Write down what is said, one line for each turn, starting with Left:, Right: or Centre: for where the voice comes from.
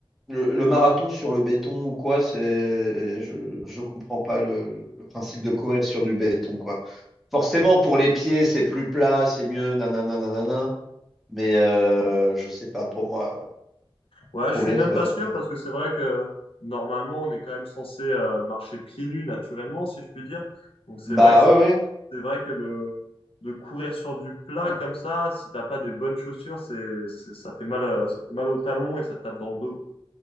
Centre: le, le marathon sur le béton ou quoi, c'est je je comprends pas le, le principe de courir sur du béton quoi. Forcément, pour les pieds, c'est plus plat, c'est mieux, nanana, nanana. Mais euh, je sais pas, pour moi,
Left: Ouais,
Centre: courir,
Left: je suis même
Centre: euh,
Left: pas sûr
Centre: ça-
Left: parce que c'est vrai que normalement on est quand même censé euh, marcher pieds nus naturellement, si je puis dire. Donc c'est
Centre: bah
Left: vrai que c'est
Centre: ouais ouais,
Left: c'est vrai que le de courir sur du plat comme ça, si t'as pas des bonnes chaussures, c'est c'est- ça fait mal euh, ça fait mal au talon et ça te tape dans le dos, quoi.